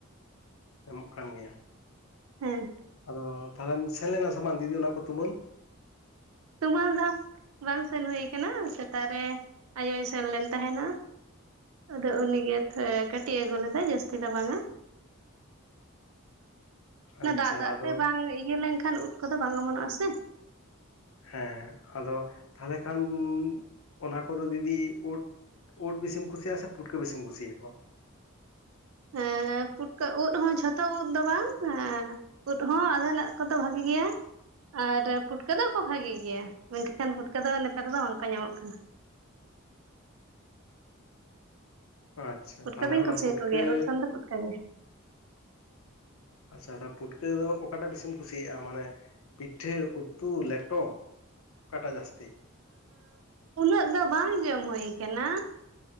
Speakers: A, on the left; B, on the right.
A: ᱧᱟᱢᱚᱜ ᱠᱟᱱ ᱜᱮᱭᱟ
B: ᱦᱮᱸ
A: ᱟᱫᱚ ᱛᱟᱦᱚᱞᱮᱢ ᱥᱮᱱ ᱞᱮᱱᱟ ᱥᱟᱢᱟᱱ ᱫᱤᱫᱤ ᱚᱱᱟ ᱠᱚ ᱛᱩᱢᱟᱹᱞ
B: ᱛᱩᱢᱟᱹᱞ ᱫᱚ ᱵᱟᱝ ᱥᱮᱱ ᱦᱩᱭ ᱠᱟᱱᱟ ᱥᱮᱛᱟᱜ ᱨᱮ ᱟᱭᱳᱭ ᱥᱮᱱ ᱞᱮᱱ ᱛᱟᱦᱮᱸᱱᱟ ᱟᱫᱚ ᱩᱱᱤᱜᱮ ᱛᱷᱚ ᱠᱟᱴᱤᱡ ᱮ ᱟᱹᱜᱩ ᱞᱮᱫᱟᱭ ᱡᱟᱹᱥᱛᱤ ᱫᱚ ᱵᱟᱝ-ᱟ ᱚᱱᱟ
A: ᱟᱪᱪᱷᱟ
B: ᱫᱟᱜ ᱫᱟᱜ
A: ᱟᱫᱚ
B: ᱛᱮ ᱵᱟᱝ ᱤᱭᱟᱹ ᱞᱮᱱᱠᱷᱟᱱ ᱩᱫ ᱠᱚᱫᱚ ᱵᱟᱝ ᱚᱢᱚᱱᱚᱜ-ᱟ ᱥᱮ
A: ᱦᱮᱸ ᱟᱫᱚ ᱛᱟᱦᱚᱞᱮ ᱠᱷᱟᱱ ᱚᱱᱟ ᱠᱚᱫᱚ ᱫᱤᱫᱤ ᱳᱫ ᱳᱫᱽ ᱵᱮᱥᱤᱢ ᱠᱩᱥᱟᱜ-ᱟ ᱥᱮ ᱯᱩᱴᱠᱟᱹ ᱵᱮᱥᱤᱢ ᱠᱩᱥᱤᱭᱟ ᱠᱚᱣᱟ
B: ᱮᱸ ᱯᱩᱴᱠᱟᱹ ᱳᱫᱽ ᱦᱚᱸ ᱡᱷᱚᱛᱚ ᱳᱫᱽ ᱫᱚ ᱵᱟᱝ ᱳᱫᱽ ᱦᱚᱸ ᱟᱫᱷᱮᱱᱟᱜ ᱠᱚᱫᱚ ᱵᱷᱟᱜᱤ ᱜᱮᱭᱟ ᱟᱨ ᱯᱩᱴᱠᱟᱹ ᱫᱚ ᱠᱚ ᱵᱷᱟᱜᱮ ᱜᱮᱭᱟ ᱢᱮᱱᱠᱷᱟᱱ ᱯᱩᱴᱠᱟᱹ ᱫᱚ ᱱᱮᱛᱟᱨ ᱫᱚ ᱵᱟᱝᱠᱚ ᱧᱟᱢᱚᱜ ᱠᱟᱱᱟ
A: ᱟᱪᱪᱷᱟ
B: ᱯᱩᱴᱠᱟᱹ
A: ᱛᱟᱦᱚᱞᱮ
B: ᱫᱚᱧ
A: ᱚᱱᱟ
B: ᱠᱩᱥᱤᱭᱟ
A: ᱯᱩᱴᱠᱟᱹ
B: ᱠᱚ ᱜᱮᱭᱟ ᱳᱫᱽ ᱠᱷᱟᱱ ᱫᱚ ᱯᱩᱴᱠᱟᱹ ᱜᱮ
A: ᱟᱪᱪᱷᱟ ᱟᱪᱪᱷᱟ ᱯᱩᱴᱠᱟᱹ ᱫᱚ ᱚᱠᱟᱴᱟᱜ ᱵᱮᱥᱤᱢ ᱠᱩᱥᱤᱭᱟᱜ-ᱟ ᱢᱟᱱᱮ ᱯᱤᱴᱷᱟᱹ ᱩᱛᱩ ᱞᱮᱴᱚ ᱚᱠᱟᱴᱟᱜ ᱡᱟᱹᱥᱛᱤ
B: ᱩᱱᱟᱹᱜ ᱫᱚ ᱵᱟᱝ ᱡᱚᱢ ᱦᱩᱭ ᱠᱟᱱᱟ